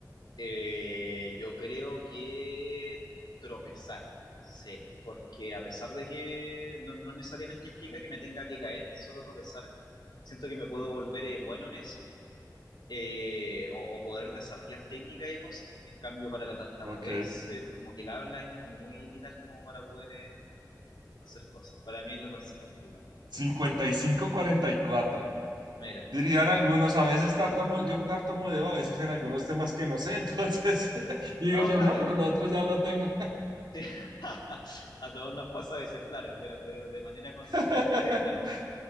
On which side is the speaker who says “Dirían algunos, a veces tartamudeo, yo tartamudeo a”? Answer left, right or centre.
Right